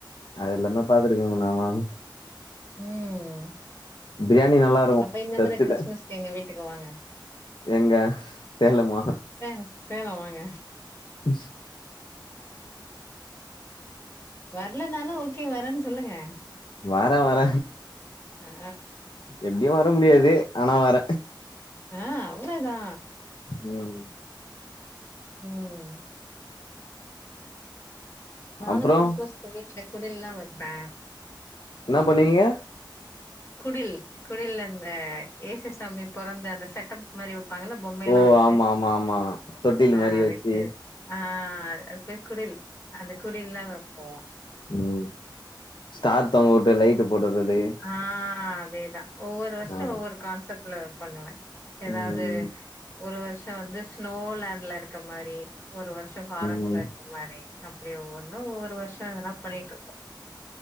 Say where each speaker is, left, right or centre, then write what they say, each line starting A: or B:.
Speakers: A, on the left; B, on the left.
A: அது எல்லாமே பாத்துருக்கங்க நா வாங்
B: உம்
A: பிரியாணி நல்லா இருக்கு
B: அப்ப இந்த
A: சர்ச்சுல
B: முற கிறிஸ்மஸ்க எங்க வீட்டுக்கு வாங்க
A: எங்க சேலமா
B: சேலா சேலா வாங்க
A: உஸ்
B: வரலனால ஓகே வரேன்னு சொல்லுங்க
A: வார வார
B: ஆ
A: எப்டியு வர முடியாது ஆனா வர
B: ஆ அவ்ளதா
A: <unintelligible>
B: உம் நானு
A: அப்றோ
B: கிறிஸ்துமஸ்க்கு வீட்ல குடில்லா வைப்பே
A: என்ன பண்ணுவீங்க
B: குடில் குடில் அந்த ஏசுசுவாமி பொறந்த அந்த செட்டப் மாரி வைப்பாங்களப் பொம்மை எல்லா
A: ஓ
B: வச்சி
A: ஆமா ஆமா ஆமா தொட்டில்
B: ஆ
A: மாரி
B: அதுக்கு
A: வச்சு
B: ஆ ஆ அது பேர் குடில் அந்த குடியல்லா வப்போ
A: உம் ஸ்டார் தங்க விட்டு லைட்டு போடுறது
B: ஆ அதேதா ஒவ்வோரு வருஷம்
A: ஆ
B: ஒவ்வொரு கான்செப்ட்ல பண்ணுவஷஸ ஏதாவது
A: ம்
B: ஒரு வருஷ வந்து ஸ்னோலேண்ல இருக்கமாரி ஒரு வருஷோ ஃபாரஸ்ட்ல
A: ம்
B: இருக்கற மாரி அப்டி ஒவ்வொன்னு ஒவ்வொரு வருஷோ எதன்னா பண்ணிட்டு இருக்கோ